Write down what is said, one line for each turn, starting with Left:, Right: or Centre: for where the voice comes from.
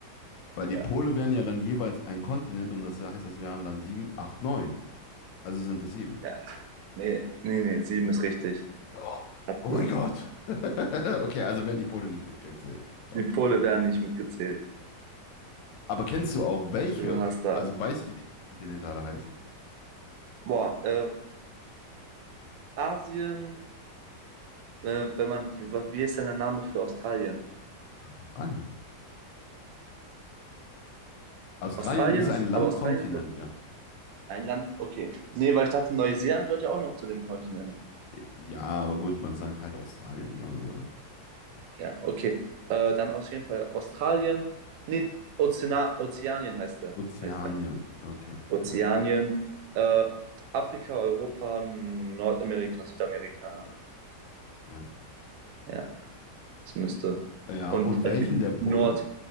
Left: Weil die
Right: Ja,
Left: Pole wären ja dann jeweils ein Kontinent und das heißt, das wären dann sieben, acht, neun. Also sind es sieben.
Right: ja. Nee, nee, nee, sieben ist richtig.
Left: Oh, oh mein
Right: So.
Left: Gott. <laughs> Okay, also werden die Pole nicht mitgezählt.
Right: Die
Left: Top.
Right: Pole werden nicht mitgezählt.
Left: Aber kennst du auch welche?
Right: Du hast da.
Left: Also weißt du, wie die Kontinente alle heißen?
Right: Boah, ähm, Asien, äh, wenn man, wie ist denn der Name für Australien?
Left: Australien. Australien
Right: Australien
Left: ist
Right: ist,
Left: ein Landkontinent,
Right: aber Australien ist doch
Left: ja.
Right: ein Land, okay. Nee, weil ich dachte, Neuseeland gehört ja auch noch zu dem Kontinent.
Left: Ja, aber gut, man sagt halt Australien, ne? also
Right: Ja, okay. Äh, dann auf jeden Fall Australien. Nee, Ozeana Ozeanien heißt er.
Left: Ozeanien.
Right: Heißt er.
Left: Okay,
Right: Ozeanien.
Left: ja,
Right: Äh, Afrika, Europa, Nordamerika, Südamerika.
Left: ja.
Right: Ja, das müsste.
Left: Ja,
Right: Und
Left: und welchen
Right: halt die
Left: der Pole?
Right: Nord,